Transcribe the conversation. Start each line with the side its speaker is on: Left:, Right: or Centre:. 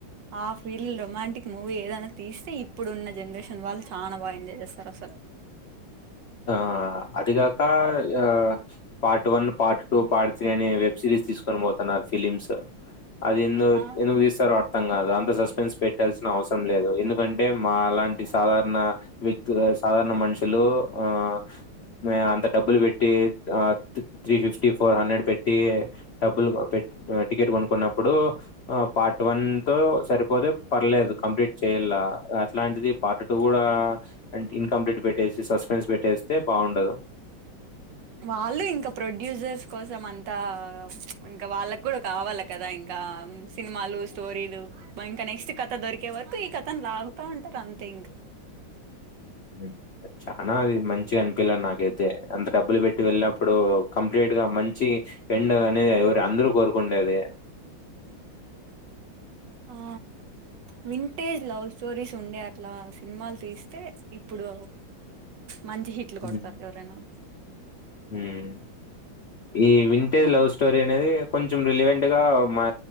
Right: ఆ ఫీల్ రొమాంటిక్ మూవీ ఏదైనా తీస్తే ఇప్పుడున్న జనరేషన్ వాళ్ళు చాలా బాగా ఎంజాయ్ చేస్తారు అసల్
Left: ఆ అదిప్ యకా ఆ part one part two part three అనే వెబ్ సిరీస్ తీసుకొని పోతున్నారు ఫిలిమ్స్ అది ఎందు
Right: ఆ
Left: ఎందుకు తీస్తారో అర్థం కాదు అంత సస్పెన్స్ పెట్టాల్సిన అవసరం లేదు ఎందుక్ కంటే మా అలాంటి సాధారణ న వ్యక్తు సాధారణ మనుషులు ఆ మేఆమ్ థ డబ్బులు పెట్టి ఆ త్ త్రీ ఫిఫ్టీ ఫోర్ హండ్రెడ్ పెట్టి డబ్బులు పెట్ టికెట్ కొనుక్కున్నప్పుడు అ పార్ట్ వన్ తో సరిపోదు పర్లేదు కంప్లీట్ చేయలా అట్లాంటిది పార్ట్ టూ కూడా అంట్ ఇన్కంప్లీట్ బేట్ ఎసీస్ అసోస్ మెంట్స్ పెట్టేస్తే బాగుండదు
Right: వాళ్ళు ఇంకా ప్రొడ్యూసర్స్ కోసం అంతా ఇంకా వాళ్ళకు కూడా కావాల కదా ఇంకా సినిమాలు స్టోరీలు ఇంకా నెక్స్ట్ కథ దొరికే వరకు ఈ కథను లాగుతా ఉంటారు అంతే ఇంకా
Left: మ్ చానా అది మం చి అన్పియలేద్ నాకైతే అంత డబ్బులు పెట్టి వెళ్లం ఇప్పుడు కంప్లీట్ గా మం చి ఎండ్ అనేది ఎవరు అందరూ కోరుకుండేది
Right: ఆ వింటేజ్ లవ్ స్టోరీస్ ఉండే అట్లా సినిమాలు తీస్తే ఇప్పుడు మంది హిట్లు
Left: హ్మ్.
Right: కొడతారు ఎవరేనా
Left: హ్మ్. ఈ వింటేజ్ లవ్ స్టోరీ అనేది కొంచెం రిలివెంట్గా మా